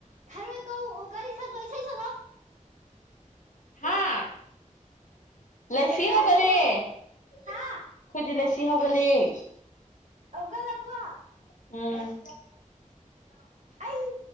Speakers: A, on the right; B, on the left.
A: ꯈꯔꯣꯏ ꯀꯧ ꯀꯔꯤ ꯁꯛꯕꯣ ꯏꯁꯩ ꯁꯛꯕꯣ
B: ꯍꯥ ꯂꯁꯤ
A: ꯀꯩꯝꯇ
B: ꯍꯧꯒꯦ
A: ꯅꯠꯇꯦꯍꯦ
B: ꯑꯩꯈꯣꯏꯗꯤ
A: ꯍꯥ
B: ꯂꯩꯁꯤ ꯍꯧꯒꯠꯂꯛ
A: ꯑꯣꯒ ꯂꯕ
B: ꯎꯝ ꯎꯝ
A: ꯑꯩ